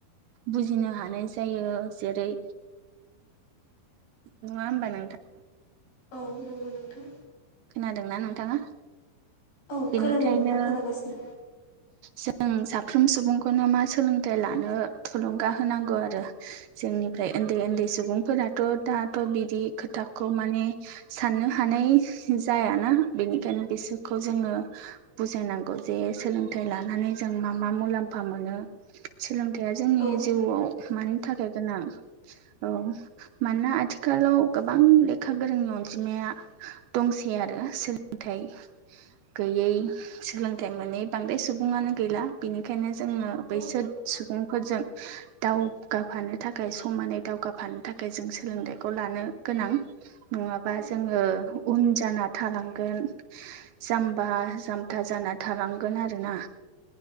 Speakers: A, on the right; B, on the left.
A: बुजिनो हानाय जायो जेरै नङा होमबा नोंथां
B: औ नंगौ नोंथां
A: खोनादोंना नोंथाङा?
B: औ
A: बेनिखायनो
B: खोनादों नोंथां खोनागासिनो
A: जों साफ्रोम सुबुंखौनो मा सोलोंथाइ लानो थुलुंगा होनांगौ आरो जोंनिफ्राय उन्दै उन्दै सुबुंफोराथ' दाथ' बिदि खोथाखौ माने साननो हानाय जायाना बेनिखायनो बिसोरखौ जोङो बुजायनांगौ जे सोलोंथाइ लानानै जों मा मा मुलाम्फा मोनो। सोलोंथाइया जोंनि
B: औ
A: जिउआव मानि थाखाय गोनां औ मानोना आथिखालाव गोबां लेखा गोरोंनि अनजिमाया दंसै आरो सोलोंथाइ गैयै सोलोंथाइ मोनै बांद्राय सुबुङानो गैला बिनिखायनो जोंङो
B: नंगौ
A: बैसोर सुबुंफोरजों दावगाफानो थाखाय समानै दावगाफानो थाखाय जों सोलोंथाइखौ लानो गोनां नङाबा
B: औ
A: जोंङो उन जाना थालांगोन जाम्बा जाम्था जाना थालांगोन आरोना।